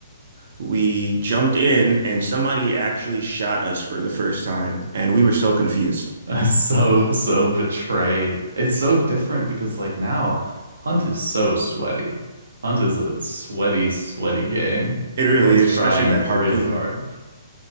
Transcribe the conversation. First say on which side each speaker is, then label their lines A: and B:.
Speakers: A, on the right; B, on the right.
A: We jumped in and somebody actually shot us for the first time, and we were so confused.
B: <laughs> I'm so, so betrayed. It's so different because, like, now Hunt is so sweaty. Hunt is a sweaty, sweaty game.
A: It really
B: Everyone's
A: is,
B: trying
A: especially that harpoon.
B: really hard.